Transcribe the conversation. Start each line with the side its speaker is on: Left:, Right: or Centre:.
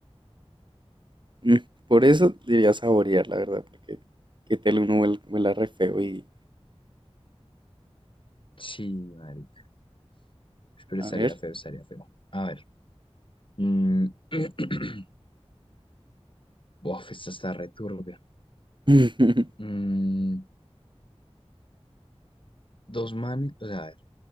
Right: Mm, Por eso diría saborear, la verdad, porque que tal uno huel- huela re feo y...
Left: Sí, marica. Pero
Right: A
Left: estaría
Right: ver.
Left: feo, estaría feo. A ver. Mm. <clears throat> Bof, esta está re turbia.
Right: <laughs>
Left: Mm, Dos manes, o sea, a ver,